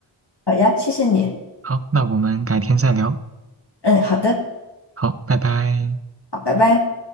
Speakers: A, on the left (about 65°); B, on the right (about 30°).
A: 好呀，谢谢你。
B: 好，那我们改天再聊，
A: 嗯，好的，
B: 好，拜拜。
A: 好，拜拜。